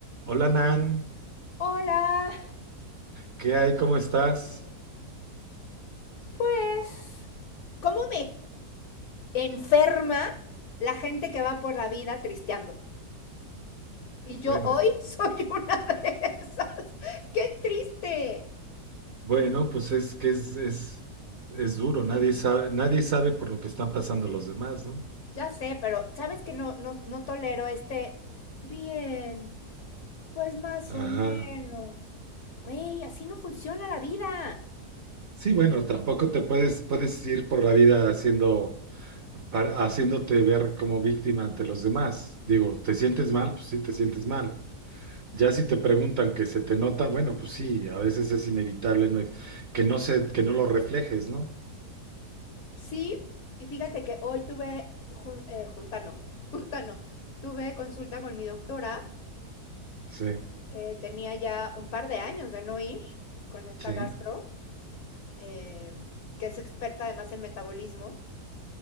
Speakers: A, on the right; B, on the left.
A: Hola Nan,
B: Hola,
A: ¿qué hay? ¿Cómo estás?
B: pues, ¿cómo me enferma la gente que va por la vida tristeando? Y
A: Bueno,
B: yo hoy <laughs> soy una de esas. ¡Qué triste!
A: bueno, pues es que es, es, es duro, nadie sabe, nadie sabe por lo que están pasando los demás, ¿no?
B: Ya sé, pero sabes que no, no, no tolero este. Bien, pues más
A: Ajá.
B: o menos. Güey, así no funciona la vida.
A: Sí, bueno, tampoco te puedes, puedes ir por la vida haciendo, pa- haciéndote ver como víctima ante los demás. Digo, ¿te sientes mal? Pues sí, te sientes mal. Ya si te preguntan que se te nota, bueno, pues sí, a veces es inevitable no ex- que no se, que no lo reflejes, ¿no?
B: Sí, y fíjate que hoy tuve jun- eh, junta, no, <laughs> junta no, tuve consulta con mi doctora
A: Sí,
B: Eh, tenía ya un par de años de no ir con esta
A: sí,
B: gastro, eh, que es experta además en metabolismo,